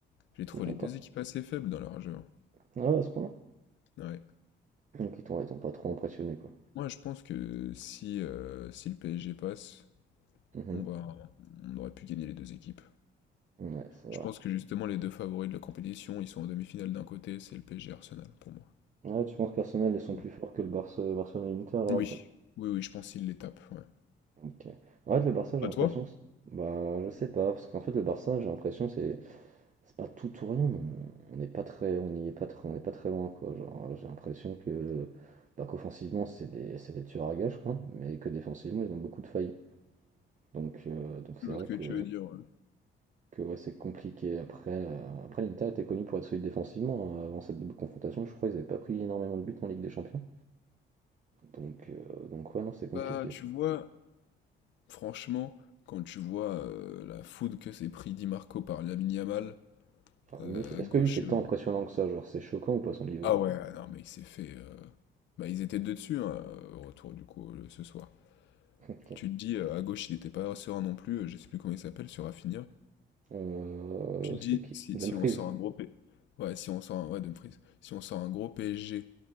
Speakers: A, on the left; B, on the right.
A: J'ai trouvé
B: Ils t'ont
A: les deux
B: pas.
A: équipes assez faibles dans leur jeu. hein.
B: Ah ouais, à ce point-là.
A: Ouais.
B: Donc, ils t'ont ils t'ont pas trop impressionné, quoi.
A: Moi, je pense que si, euh, si le PSG passe,
B: Mhm.
A: on va, on aurait pu gagner les deux équipes.
B: Ouais, c'est vrai.
A: Je pense que justement, les deux favoris de la compétition, ils sont en demi-finale d'un côté, c'est le PSG Arsenal pour moi.
B: Ah ouais, tu penses qu'Arsenal, ils sont
A: Ouais.
B: plus forts que le Barça, Barcelone et l'Inter à l'heure
A: Oui,
B: actuelle
A: oui, oui, je pense qu'ils les tapent, ouais.
B: OK. En fait, le Barça, j'ai
A: Pas
B: l'impression
A: toi?
B: que c'est bah, je sais pas, parce qu'en fait, le Barça, j'ai l'impression que c'est c'est pas tout ou rien, mais on on n'est pas très on n'y est pas très on n'est pas très loin quoi. Genre, euh, j'ai l'impression que bah, qu'offensivement, c'est des c'est des tueurs à gages quoi, mais que défensivement, ils ont beaucoup de failles. Donc euh, donc c'est
A: Je vois
B: vrai
A: ce que
B: que
A: tu veux dire. ouais.
B: que ouais, c'est compliqué après euh, après l'Inter était connu pour être solide défensivement hein. avant cette double confrontation, je crois qu'ils n'avaient pas pris énormément de buts en Ligue des Champions. Donc euh, donc ouais, non, c'est compliqué.
A: Bah, tu vois, franchement, quand tu vois euh, la foudre que s'est pris Di Marco par Lamine Yamal,
B: Enfin,
A: Euh,
B: lui, c'est-
A: à
B: est-ce
A: gauche.
B: que lui c'est
A: euh,
B: tant impressionnant que ça, genre c'est choquant ou pas son niveau?
A: Ah ouais, ah non, mais il s'est fait. euh, Bah, ils étaient deux dessus, hein, euh, au retour du coup, le- ce soir.
B: Ok.
A: Tu te dis, euh, à gauche, il n'était pas serein non plus, euh, je sais plus comment il s'appelle, sur Rafinha.
B: Euh,
A: Tu te
B: c'était
A: dis,
B: qui?
A: si,
B: Dumfries.
A: si on sort un gros P. Ouais, si on sort un... ouais, Dumfries. Si on sort un gros PSG